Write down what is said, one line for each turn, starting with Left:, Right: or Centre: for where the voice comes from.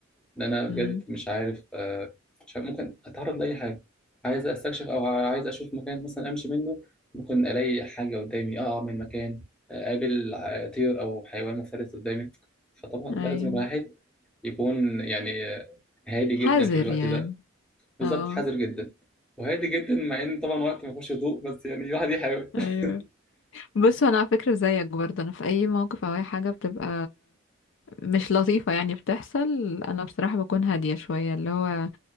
Centre: ان انا بجد
Left: مم.
Centre: مش عارف آه، مش عارف ممكن اتعرض لاي حاجه عايز استكشف او عايز اشوف مكان مثلا امشي منه ممكن الاقي حاجه قدامي اقع من مكان آه، اقابل ع- طير او حيوان مفترس قدامي فطبعا لازم
Left: ايوه
Centre: الواحد يكون يعني آه، هادي
Left: حذر
Centre: جدا في الوقت
Left: يعني
Centre: ده بالظبط
Left: اه
Centre: حذر جدا وهادي جدا مع ان طبعا وقت ما فيهوش هدوء بس يعني الواحد يحاول <laughs>
Left: ايوه بص انا على فكره زيك برضه انا في اي موقف او اي حاجه بتبقى مش لطيفه يعني بتحصل انا بصراحه بكون هاديه شويه اللي هو